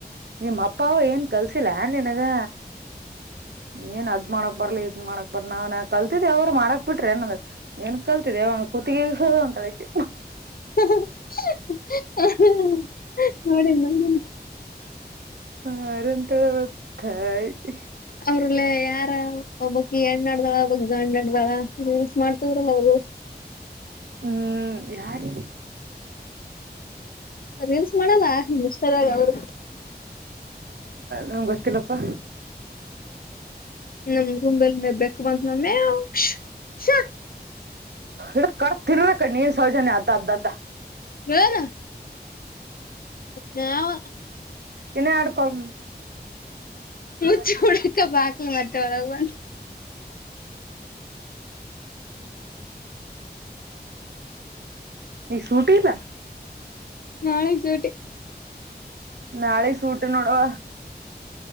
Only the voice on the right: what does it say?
ನಿಮ್ಮ ಅಪ್ಪ ಅವ ಏನ್ ಕಲ್ಸಿಲ್ಲ ಏ ನನ್ಗ ಏನ್ ಅದ್ ಮಾಡಕ್ ಬರ್ಲಿ ಇದ್ ಮಾಡಕ್ ಬರ್ ನಾವನ್ ಕಲ್ತಿದ್ದ ಅವರು ಮಾಡಕ್ ಬಿಟ್ರಿ ಏನ್ಂದ ಏನ್ ಕಲ್ತಿದ ಹೊುತ್ತಿಗೆಸದು ಅಂತಳಕ್ಕೆ
ಹರಂತವತ್ತಾಯ <unintelligible>
ಹ್ಮ್ ಯಾರ
ನಂಗೆ ಗೊತ್ತಿಲ್ಲಪ್ಪ
ಇ ಕರ್ ತಿನ್ಬೇಕ ನೀರ್ ಸೌಜನ್ಯ ಅದ ಅದ ಅದ
ಇನ್ನ ಎರಡ್ ಕಾಲ್ ಈಗ
ಈ ಸೂಟ್ ಪ್ಪೇಲ
ನಾಳಗ್ ಸೂಟ ನೋಡುವ